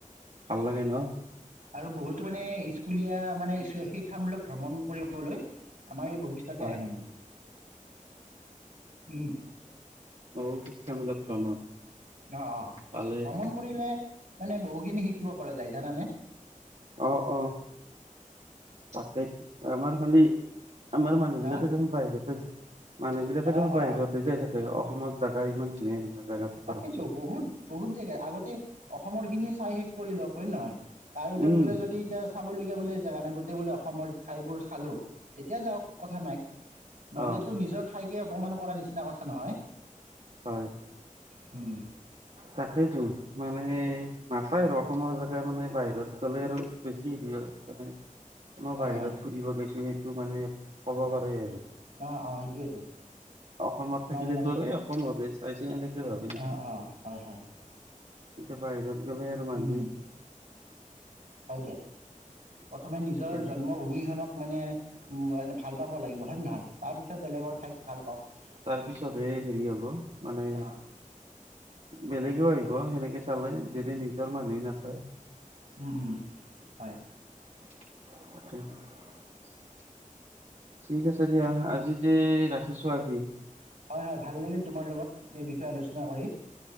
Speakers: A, on the right; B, on the right.
A: ভাল লাগে ন?
B: আৰু বহুতো মানে স্কুলীয়া মানে শিক্ষামূলক ভ্ৰমণ কৰিবলৈ আমাৰ এই বশিষ্টতে
A: হয়
B: আহে মানে৷ উম
A: বহুত শিক্ষামূলক ভ্ৰমণ
B: অ, অ,
A: ভালেই
B: ভ্ৰমণ কৰিলে, মানে বহুখিনি শিকিব পৰা যায় জানানে?
A: অ অ--তাকেই আমাৰ খালি আমাৰ মানুহ
B: হা
A: বিলাকে দেখোন বাহিৰতে যায়, মানুহ বিলাকে
B: অ
A: দেখোন বাহিৰতে
B: অ
A: যাই থাকে৷অসমত জাগা ইমান ধুনীয়া ধুনীয়া৷ জাগা থকাৰ
B: তাকেইেতো
A: পিছত
B: বহুত, বহুত জেগা আগতে অসমৰ খিনি চাই শেষ কৰি লওক, হয় নে নহয়। তাৰপিছত
A: উম
B: বোলে যদি এতিয়া চাবলগীয়া বোলে জেগা নাই, গোটই বোলে অসমৰ ঠাইবোৰ চালো, তেতিয়া যাওঁক কথা নাই। নহ'লেতো
A: অ
B: নিজৰ ঠাইকে অপমান কৰা নিচিনা কথা নহয়?
A: হয়।
B: হম
A: তাকেইেতো মানে নাচায় আৰু, অসমৰ জেগা মানে বাহিৰত গ'লে আৰু বেছি বাহিৰত
B: হয় হয়
A: ফুৰিব গৈছো সেইটো মানে ক'ব পাৰে আৰু।
B: অ', অ', সেইটোয়েইটো
A: অসমত
B: আমাৰ
A: থাকিলেতো
B: ইমান
A: আৰু এই অসমৰ <unintelligible>
B: অ', অ', হয় হয়।
A: এতিয়া বাহিৰত গল আৰু মানুহ
B: উম, হয় দিয়া, প্ৰথমে নিজৰ
A: এনে
B: জন্মভূমি খনক মানে ভাল পাব লাগিব হয় নে নহয়, তাৰ পিছত বেলেগৰ ঠাইত ভাল পাওঁক।
A: তাৰ পিছত হে হেৰি হ'ব মানে
B: অ',
A: বেলেগেও আহিব সেনেকে চালে যদি নিজৰ মানুহে নাচায়।
B: হম হম, হয়।
A: <inaudible> ঠিক আছে দিয়া আজিতে ৰাখিছো আজি।
B: হয় হয় ভাল লাগিল তোমাৰ লগত এই বিষয়ে আলোচনা কৰি।